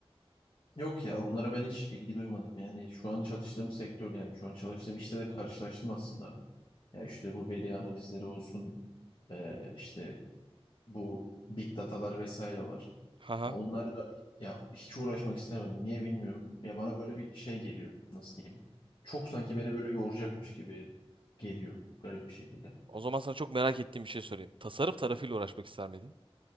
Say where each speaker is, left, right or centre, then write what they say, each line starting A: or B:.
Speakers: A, on the left; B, on the right.
A: Yok ya onlara ben hiç ilgi duymadım. Yani şu an çalıştığım sektör yani şu an çalıştığım işte de karşılaştım aslında. Ya işte bu veri analizleri olsun, e, işte Bu big datalar vesaire var.
B: Haha.
A: Ya onlarla ya hiç uğraşmak istemedim. Niye bilmiyorum. Ya bana böyle bir şey geliyor. Nasıl diyeyim? Çok sanki beni böyle yoracakmış gibi geliyor garip bir şekilde.
B: O zaman sana çok merak ettiğim bir şey sorayım. Tasarım tarafıyla uğraşmak ister miydin?